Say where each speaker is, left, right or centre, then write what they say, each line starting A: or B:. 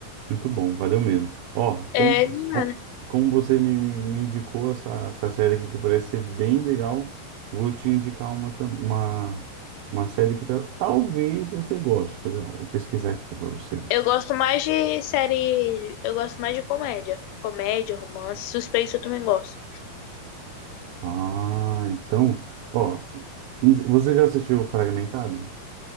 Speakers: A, on the right; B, on the left.
A: Muito bom, valeu mesmo. Ó, como,
B: É,
A: como
B: mano,
A: como você me, me me indicou essa, essa série aqui que parece ser bem legal, vou te indicar uma, tam- uma, uma série que tá- talvez você goste. Quer ver? ó, Vou pesquisar aqui para você.
B: eu gosto mais de série. Eu gosto mais de comédia. Comédia, romance, suspense eu também gosto.
A: Ah, então, ó, você já assistiu Fragmentado?